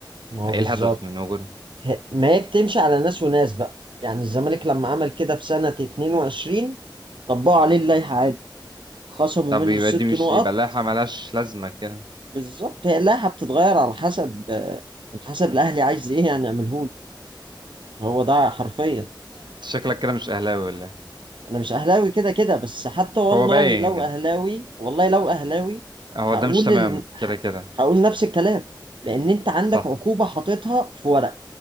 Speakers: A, on the right; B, on the right.
A: ما هو
B: ايه
A: بالظبط
B: الهدف من وجودها
A: ه- ما هي بتمشي على ناس وناس بقى يعني الزمالك لما عمل كده في سنة 22 طبقوا عليه اللائحة عادي خصموا
B: طب
A: منه
B: يبقى
A: الست
B: دي مش
A: نقط
B: يبقى اللائحه ملهاش لازمه كده
A: بالظبط هي اللائحة بتتغير على حسب آه، على حسب الأهلي عايز إيه يعني يعملهولي هو ده حرفيا
B: أنت شكلك كده مش اهلاوي ولا إيه؟
A: أنا مش أهلاوي كده كده بس حتى والله
B: هو باين
A: لو
B: يعني
A: أهلاوي والله لو أهلاوي
B: هو
A: هقول
B: ده مش تمام
A: ال...
B: كده
A: ه-
B: كده
A: هقول نفس الكلام لأن أنت عندك
B: صح
A: عقوبة حاططها في ورق